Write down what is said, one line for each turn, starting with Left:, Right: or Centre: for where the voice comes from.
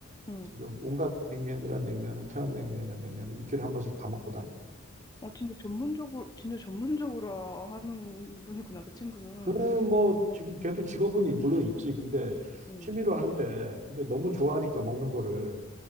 Left: 응.
Right: 지금 온갖 냉면이란 냉면은 평양냉면이란 냉면은 일주일에 한 번씩 다 먹고 다녀.
Left: 어, 진짜 전문적으로, 진짜 전문적으로 하는 분이구나, 그 친구는.
Right: 그 뭐 지금 걔도 직업은 물론 있지. 근데
Left: 응,
Right: 취미로 하는데 근데 너무 좋아하니까 먹는 거를